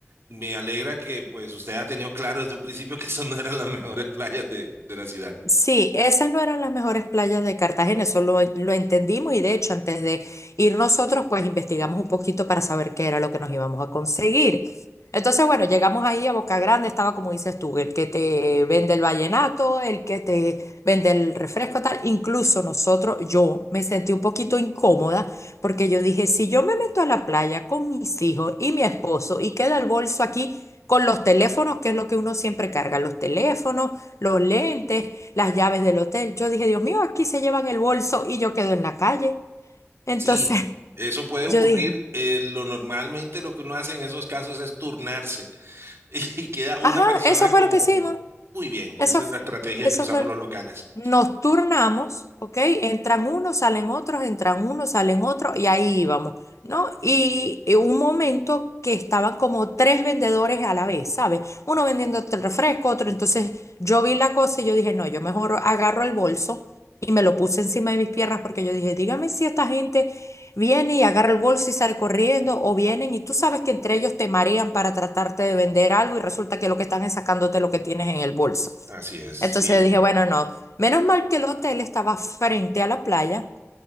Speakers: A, on the right; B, on the left.
A: Me alegra que pues usted ha tenido claro desde un principio que eso no eran las mejores playas de de la ciudad.
B: Sí, esas no eran las mejores playas de Cartagena, eso lo, lo entendimos y de hecho antes de ir nosotros pues investigamos un poquito para saber qué era lo que nos íbamos a conseguir. Entonces bueno, llegamos ahí a Boca Grande, estaba como dices tú, el que te vende el vallenato, el que te vende el refresco tal, incluso nosotros, yo me sentí un poquito incómoda porque yo dije, si yo me meto a la playa con mis hijos y mi esposo y queda el bolso aquí con los teléfonos, que es lo que uno siempre carga, los teléfonos los lentes, las llaves del hotel. Yo dije, Dios mío, aquí se llevan el bolso y yo quedo en la calle. Entonces
A: Sí, eso
B: <laughs>
A: puede
B: yo
A: ocurrir.
B: dije,
A: eh, lo normalmente lo que uno hace en esos casos es turnarse <laughs> y queda una
B: ajá,
A: persona
B: eso fue
A: como...
B: lo que hicimos.
A: Muy bien, esa
B: Eso, f-
A: es la estrategia
B: eso
A: que usamos
B: fue.
A: los locales.
B: Nos turnamos, ¿ok? Entran unos, salen otros, entran unos, salen otros, y ahí íbamos, ¿no? Y eh, un momento que estaban como tres vendedores a la vez, ¿sabes? Uno vendiéndote el refresco, otro. Entonces yo vi la cosa y yo dije, no, yo mejor agarro el bolso y me lo puse encima de mis piernas porque yo dije, dígame si esta gente viene y agarra el bolso y sale corriendo, o vienen y tú sabes que entre ellos te marean para tratarte de vender algo y resulta que lo que están es sacándote lo que tienes en el bolso.
A: Así es, sí.
B: Entonces yo dije, bueno, no, menos mal que el hotel estaba frente a la playa.